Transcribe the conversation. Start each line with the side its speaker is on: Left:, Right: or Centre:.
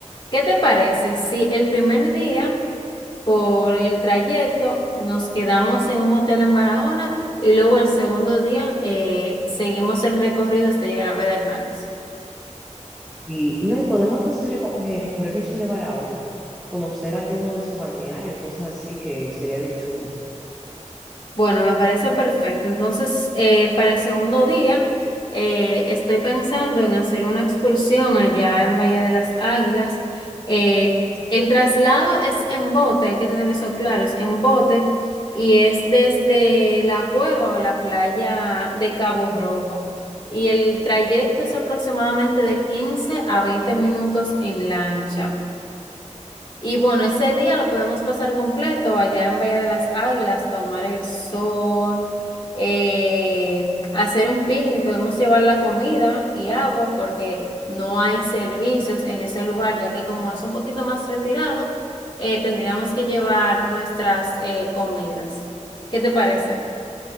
Left: ¿qué te parece si el primer día por el trayecto nos quedamos en un hotel en Barahona y luego el segundo día eh, seguimos el recorrido hasta llegar a Pedernales?
Centre: Y, y no, y podemos hasta hacer reco- eh, recorrer un chin de Barahona, conocer alguno de su balneario y cosas así que sería bien chulo.
Left: Bueno, me parece perfecto. Entonces, eh, para el segundo día, eh, estoy pensando en hacer una excursión allá en Bahía de las Águilas. Eh, el traslado es en bote, hay que tener eso claro, es en bote y es desde la cueva o la playa de Cabo Rojo. Y el trayecto es aproximadamente de 15 a 20 minutos en lancha. Y bueno, ese día lo podemos pasar completo allá en Bahía de las Águilas, tomar el sol, eh, hacer un picnic, podemos llevar la comida y agua porque no hay servicios en ese lugar, ya que como es un poquito más retirado, eh, tendríamos que llevar nuestras eh, comidas. ¿Qué te parece?